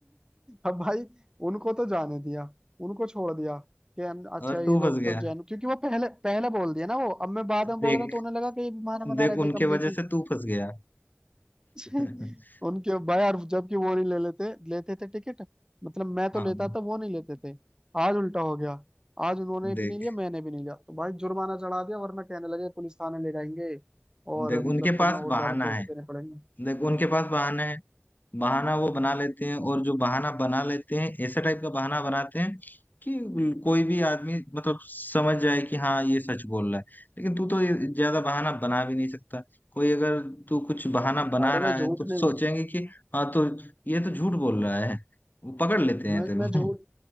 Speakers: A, on the right; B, on the left.
A: अब भाई उनको तो जाने दिया उनको छोड़ दिया कि हम अच्छा
B: और
A: ये
B: तू
A: लोग
B: फंस गया
A: तो जैन क्योंकि वो पहले पहले बोल दिया ना वो अब मैं बाद में बोल
B: देख
A: रहा हूँ तो उन्हें लगा कि ये भी बहाना बना
B: देख
A: रहे देख
B: उनके
A: हम देखी
B: वजह से तू फंस गया
A: <laughs>
B: <laughs>
A: उनके भाई और जबकि वो नहीं ले लेते लेते थे टिकट मतलब मैं तो
B: हाँ
A: लेता था वो नहीं लेते थे आज उल्टा हो गया आज उन्होंने
B: देख
A: भी नहीं लिया मैंने भी नहीं लिया तो भाई जुर्माना चढ़ा दिया वरना कहने लगे पुलिस थाने ले जाएंगे और
B: देख
A: मतलब
B: उनके पास
A: तुम्हें और
B: बहाना
A: ज्यादा पैसे
B: है
A: देने पड़ेंगे
B: देख उनके पास बहाना है बहाना वो बना लेते हैं और जो बहाना बना लेते हैं ऐसे टाइप का बहाना बनाते हैं कि कोई भी आदमी मतलब समझ जाए कि हाँ ये सच बोल रहा है लेकिन तू तो ये ज्यादा बहाना बना भी नहीं सकता कोई अगर तू कुछ बहाना बना
A: अरे
B: रहा
A: मैं
B: है
A: झूठ
B: तो
A: नहीं
B: सोचेंगे कि हाँ तो ये तो झूठ बोल रहा है वो पकड़ लेते हैं
A: मैं
B: तेरे
A: मैं झूठ
B: को